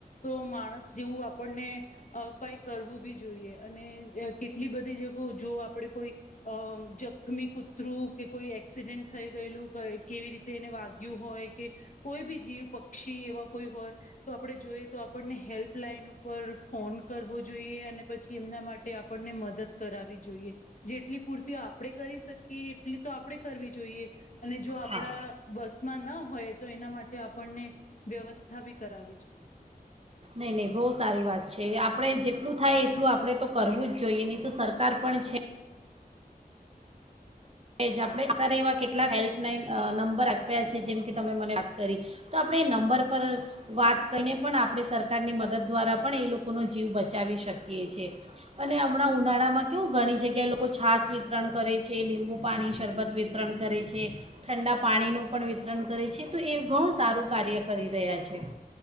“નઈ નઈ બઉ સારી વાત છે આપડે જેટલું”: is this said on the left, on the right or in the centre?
Right